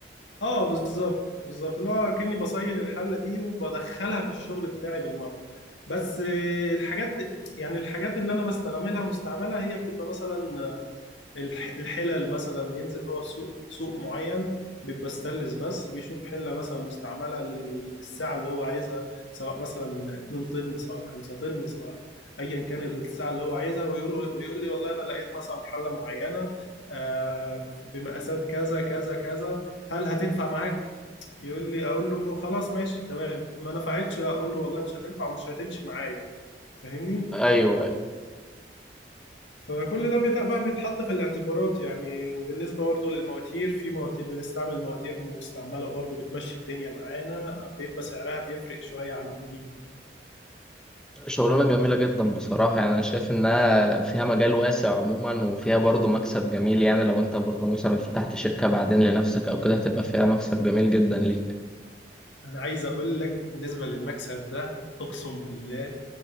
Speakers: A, on the left (about 85°); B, in the centre.
A: اه بالظبط بالظبط اللي هو كأني بصين الحلة دي وبدخلها في الشغل بتاعي بالمرة بس آه، الحاجات يعني الحاجات اللي أنا بستعملها مستعملة هي بتبقى مثلا الح- الحلل مثلا ينزل هو في سوق سوق معين بيبقى ستانلس بس بيشوف حله مثلا مستعمله لل- للساعه اللي هو عايزها سواء مثلا 2 طن سواء 5 طن سواء ايا كان الساعه اللي هو عايزها ويقول ويقول لي والله انا لقيت مثلا حله معينه آه، بمقاسات كذا كذا كذا هل هتنفع معاك؟ يقول لي اقول له خلاص ماشي تمام ما نفعتش لا اقول له والله مش هتنفع ومش هتمشي معايا فاهمني؟
B: ايوه ايوه
A: فكل ده بيت- بقى بيتحط في الاعتبارات يعني وبالنسبة برضه للمواتير في مواتير بنستعمل مواتير مستعملة برضه بتمشي الدنيا معانا بيبقى سعرها بيفرق شوية عن الجديد
B: شغلانة جميلة جدا بصراحة يعني أنا شايف إنها فيها مجال واسع عموما وفيها برضه مكسب جميل يعني لو أنت برضه مثلا فتحت شركة بعدين لنفسك أو كده هتبقى فيها مكسب جميل جدا ليك
A: أنا عايز أقول لك بالنسبة للمكسب ده أقسم بالله